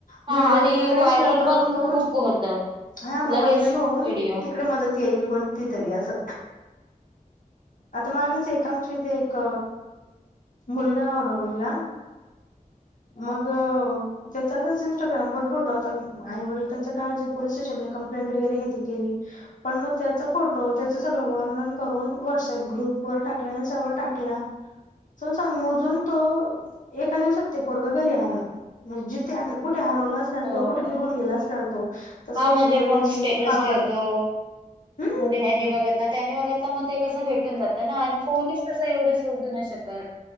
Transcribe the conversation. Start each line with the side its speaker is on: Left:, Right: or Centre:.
Left: व्हिडिओ
Right: हा आणि
Left: एकमेकांना
Right: व्हायरल
Left: शेअर करून
Right: पण
Left: करून
Right: खूप होत
Left: हा मग
Right: लगेच
Left: व्हायरल होऊन
Right: व्हिडिओ.
Left: तिकडे मदत येईल कोणती तरी असं. आता मागेच एक आमच्या इथे एक मुलगा हरवलेला. मग त्याचा असच इंस्टाग्रामवरर फोटो आता आई वडील त्याच्या काळजीत पोलीस स्टेशन ला कंप्लेंट वगैरे इथं केली, पण मग त्यांचं फोटो त्याच सगळं वर्णन करून व्हॉट्सअप ग्रुपवर टाकला, इन्स्टा वर टाकला. च सांग, मोजून तो एका दिवसात ते पोरगं घरी आलं. म्हणजे जिथे आता कुठे हरवला असणार
Right: हो
Left: किंवा कुठे
Right: का?
Left: निघून गेला असणार तो, तर सोशल
Right: हा म्हणजे
Left: मीडियाची
Right: कोण स्टेटस
Left: पावर
Right: ठेवतो.
Left: हम्म
Right: मग ते ह्याने बघतला त्याने बघतला मग ते कसं भेटून जातं ना आणि पोलीस कसं एवढं शोधू नाही श कत.